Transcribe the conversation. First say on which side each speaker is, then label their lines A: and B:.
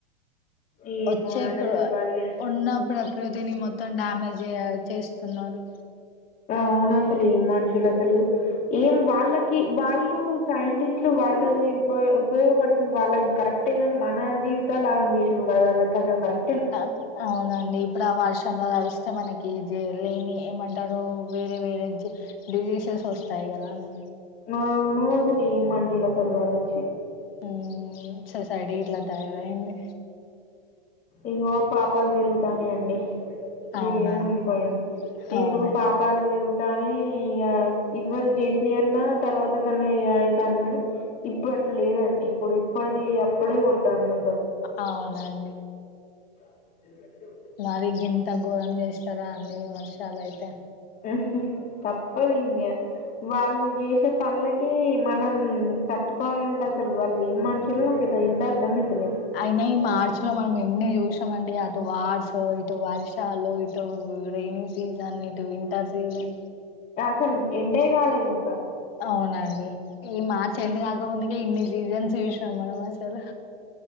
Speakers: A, on the left; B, on the left.
A: ఏమో
B: వచ్చే
A: నండి
B: ప్ర
A: అసలు బల్లి
B: ఉన్న ప్రకృతిని మొత్తం డ్యామేజ్ చే చేస్తున్నారు.
A: అవును అసలు ఏమ్ మనుషులు అసలు ఏమ్ వాళ్ళకి వాళ్ వాళ్ళు సైంటిస్ట్లు వాళ్ళవి ఉపయోగపడుతుంది వాళ్ళకి కరెక్టె గానీ మన జీవితాలు ఆదా పన్ జేసిరు వాళ్ళు కదా వాళ్ళకి అదే కరెక్ట్
B: అద్ అవునండి ఇప్పుడు ఆ వర్షంలో తడిస్తే మనకి జె లేని ఏమంటాడో వేరే వేరే డిజి డిజీసెస్ వస్తాయి కదా అని
A: అవును అసలు ఏం మనుషులు వాళ్ళు చీ
B: ఉ సొసైడి ఇట్ల తయారయింది.
A: ఇగో పాపాలు పెరుగుతాన్నాయ్ అండి మీరేమనుకొండి
B: అవునండి అవునండి
A: ఇప్పుడు పాపాలు పేరుగు తానే ఇగ ఇదివరకి చేసిన అన్ అన్నా తర్వాత కన్నయ్య అవుతుంది కనీ ఇప్పుడు అట్లా లేదండి, ఇప్పుడు ఇప్పటిది అప్పుడే కొడతంద్
B: అ అవునండి
A: <inaudible>
B: మరి గింత ఘోరం చేస్తారా అండి వర్షాలయితే
A: ఉ హు తప్పదింగా వాళ్ళు చేసే పనులకి మనం తట్టుకోమ్ అసలు వాళ్ళు ఏ మనుషులు నాకైతే ఇంత అర్ధం అయితలే.
B: అయినా ఈ మార్చ్ లో మనం ఎన్ని చూసామండి అటు వార్సొ ఇటు వర్షాలు ఇటు రెయిని సీజన్ ఇటు వింటర్ సీజన్
A: అసల్ ఎండే గాలేదు ఇంకా
B: అవునండి ఈ మార్చెండ్ కాకముందుకే ఇన్ని సీజన్స్ చూసినాం మనం అసలు.